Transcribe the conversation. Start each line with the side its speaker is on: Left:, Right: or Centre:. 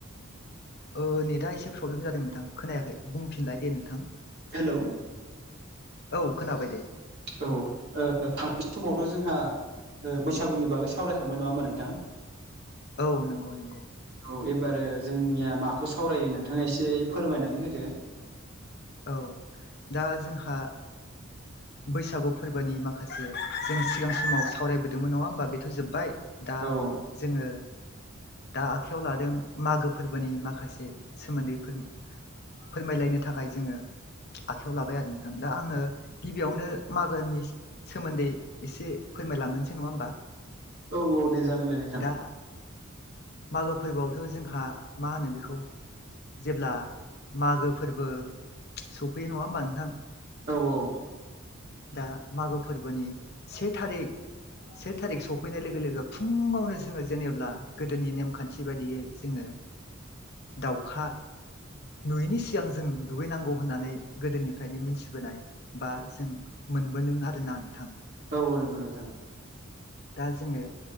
Left: ओ नेटआ एसे प्रब्लेम जादों नोंथां खोनायाखै बुंफिनलाय दे नोंथां
Right: हेलौ
Left: औ खोनाबाय दे
Right: औ ओ थांनाय समावथ' जोंहा ओ बैसागुनि बागै सावरायखांबाय नङा होमबा नोंथां
Left: औ नोंगौ नोंगौ
Right: औ एबारो जोंनिया माखौ सावरायो नोंथाङा एसे फोरमायनानै होदो
Left: औ दा जोंहा बैसागु फोरबोनि माखासे जों सिगां समाव सावरायबोदोंमोन नङा होमबा बेथ' जोब्बाय दा
Right: औ
Left: जोङो दा आखयाव लादों मागो फोरबोनि माखासे सोमोन्दैफोर फोरमायलायनो थाखाय जोङो आखाइयाव लाबाय आरो नोंथां दा आङो गिबियावनो मागोनि सोमोन्दै एसे फोरमायलांहोनसै नङा होमबा
Right: औ औ दे जागोन दे नोंथां
Left: दा मागो फोरबोआवथ' जोंहा मा होनो बेखौ जेब्ला मागो फोरबो सौफैयो नङा होमबा नोंथां
Right: औ औ
Left: दा मागो फोरबोनि से थारिख से थारिख सफैनाय लोगो लोगो फुङावनो जोङो जेनेब्ला गोदोनि नेमखान्थि बायदियै जोङो दाउखा नुयैनि सिगां जों दुगैनांगौ होननानै गोदोनिफ्रायनो मिथिबोनाय बा जों मोनबोदों आरोना नोंथां
Right: औ औ नोंगौ नोंथां
Left: दा जोङो